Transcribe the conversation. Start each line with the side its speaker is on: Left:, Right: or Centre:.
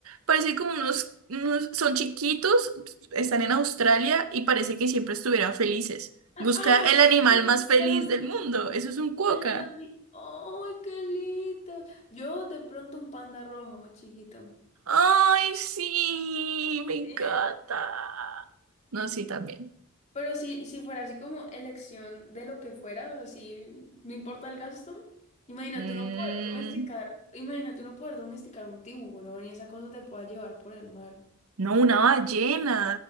Right: Parece como unos, unos- son chiquitos, están en Australia y parece que siempre estuvieran felices.
Left: ¡Ah!
Right: Busca el
Left: sí,
Right: animal más feliz
Left: Ya los vi.
Right: del mundo. Eso es un cuoca.
Left: Ya, ya los vi. ¡Ay, qué lindo! Yo de pronto un panda rojo, chiquito.
Right: Ay, sí, me encanta.
Left: Sí. <laughs>
Right: No, sí, también.
Left: Pero si, si fuera así como elección de lo que fuera, así no importa el gasto, imagínate
Right: Mm,
Left: uno poder domesticar, imagínate uno poder domesticar un tiburón y esa cosa te pueda llevar por el mar.
Right: no, una ballena.